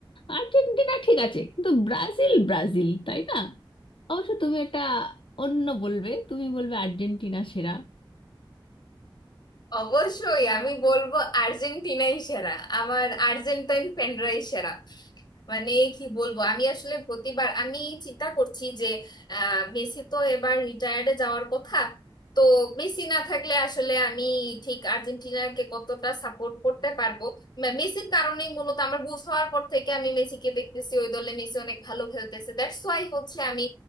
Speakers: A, on the left; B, on the left.
A: আর্জেন্টিনা ঠিক আছে কিন্তু ব্রাজিল ব্রাজিল তাই না অবশ্য তুমি এটা অন্য বলবে তুমি বলবে আর্জেন্টিনা সেরা
B: অবশ্যই আমি বলবো আর্জেন্টিনাই সেরা আমার আর্জেন্টাইন ফ্যানরাই সেরা মানে কি বলবো আমি আসলে প্রতিবার আমি চিন্তা করছি যে আহ, মেসি তো এবার রিটায়ার্ডে যাওয়ার কথা তো মেসি না থাকলে আসলে আমি ঠিক আর্জেন্টিনাকে কতটা সাপোর্ট করতে পারবো মে- মেসির কারণেই মূলত আমার বুঝ হওয়ার পর থেকে আমি মেসিকে দেখতেছি ওই দলে মেসি অনেক ভালো খেলতেছে দ্যাটস ওয়াই হচ্ছে আমি